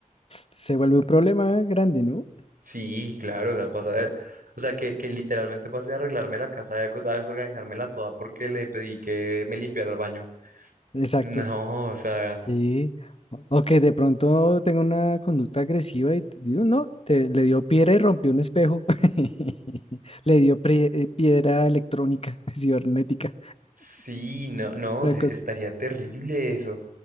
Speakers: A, on the left (about 45°); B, on the right (about 85°).
A: se vuelve un problema grande, ¿no?
B: sí, claro, o sea, pasa de- o sea, que, que literalmente pase de arreglarme la casa, de a desorganizármela toda porque le pedí que me limpiara el baño. <laughs>
A: Exacto.
B: No, o sea.
A: Sí. O o que de pronto tenga una conducta agresiva y t- digo, no, te, le dio piedra y rompió un espejo. <laughs> Le dio prie- eh, piedra electrónica, <laughs> cibernética.
B: Sí, no, no,
A: Una
B: se-
A: cosa.
B: estaría terrible eso.